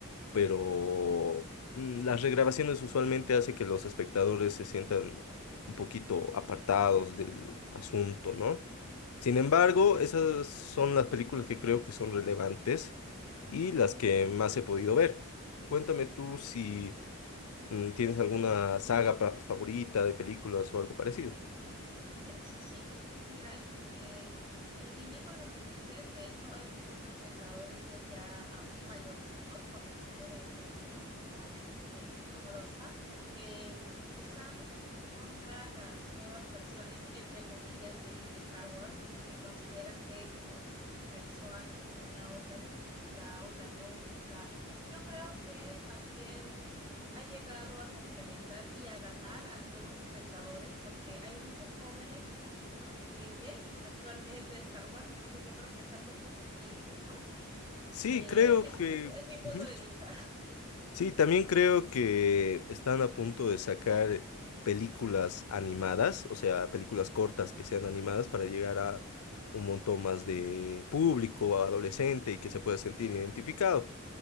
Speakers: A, on the left (about 85°); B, on the right (about 20°).
A: pero mm, las regrabaciones usualmente hace que los espectadores se sientan un poquito apartados del asunto, ¿no? Sin embargo, esas son las películas que creo que son relevantes y las que más he podido ver. Cuéntame tú si mm, tienes alguna saga pra- favorita de películas o algo parecido.
B: sea, Sí, sí, y mira, eh, en línea con lo que dices, de hecho hay muchos espectadores pues ya ah, mayorcitos, por decirle de, de alguna manera eh, amorosa, que mm, están contra las nuevas versiones, entre comillas, de Star Wars, porque consideran que como se realizó antes tenía otra mística, otra lógica. Yo creo que más bien ha llegado a complementar y a ganar a nuevos espectadores porque hay muchos jóvenes y niños que ven actualmente Star Wars, entonces yo creo que es algo positivo, ¿no?
A: Sí,
B: Eh,
A: creo
B: ese
A: que...
B: es mi, es mi punto
A: ujú.
B: de vista.
A: Sí, también creo que están a punto de sacar películas animadas, o sea, películas cortas que sean animadas para llegar a un montón más de público, adolescente y que se pueda sentir identificado.